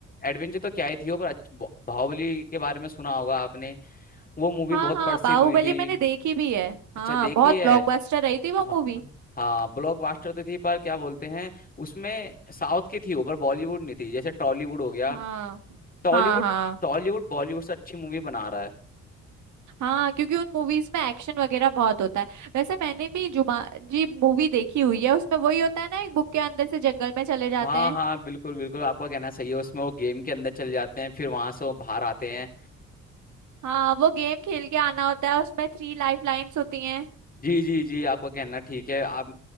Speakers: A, on the left (about 30°); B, on the right (about 70°).
A: एडवेंचर तो क्या आई थी वो पर अच्छ- बा- बाहुबली के बारे में सुना होगा आपने वो मूवी
B: हाँ
A: बहुत
B: हाँ
A: प्रसिद्ध
B: बाहुबली
A: हुई थी
B: मैंने देखी भी है
A: अच्छा
B: हाँ
A: देखी
B: बहुत
A: है
B: ब्लॉकबस्टर रही थी वो
A: हाँ
B: मूवी
A: हाँ ब्लॉकबस्टर तो थी पर क्या बोलते हैं उसमें साउथ की थी ऊपर बॉलीवुड नहीं थी जैसे टॉलीवुड हो गया
B: हाँ
A: टॉलीवुड
B: हाँ हाँ
A: टॉलीवुड बॉलीवुड से अच्छी मूवी बना रहा है
B: हाँ क्योंकि उन मूवीज में एक्शन वगैरह बहुत होता है वैसे मैंने भी जुमा जी मूवी देखी हुई है उसमें वही होता है ना एक बुक के अंदर से जंगल में चले जाते
A: हाँ
B: हैं
A: हाँ बिल्कुल बिल्कुल आपका कहना सही है उसमें वो गेम के अंदर चले जाते हैं फिर वहां से वो बाहर आते हैं
B: हाँ वो गेम खेल के आना होता है उसमें थ्री लाइफ लाइंस होती हैं
A: जी जी जी आपका कहना ठीक है आप